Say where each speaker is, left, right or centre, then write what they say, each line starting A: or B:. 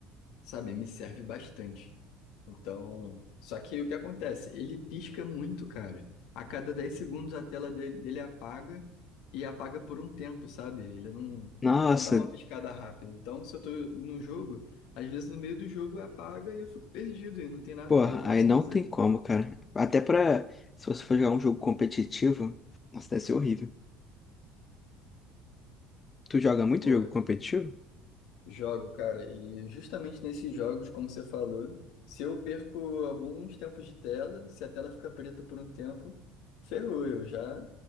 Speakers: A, on the left; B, on the left.
A: sabe, me serve bastante. Então, só que o que acontece? Ele pisca muito, cara. A cada 10 segundos a tela dele, dele apaga e apaga por um tempo, sabe? Ele não,
B: Nossa,
A: não dá uma piscada rápida. Então, se eu tô no jogo, às vezes no meio do jogo apaga e eu fico perdido e não tem nada
B: porra,
A: que eu possa
B: aí não
A: fazer.
B: tem como, cara. Até pra, se você for jogar um jogo competitivo, nossa, deve ser horrível. Tu joga muito
A: Pô,
B: jogo competitivo?
A: Jogo, cara, e justamente nesses jogos, como você falou, se eu perco alguns tempos de tela, se a tela fica preta por um tempo, ferrou, eu já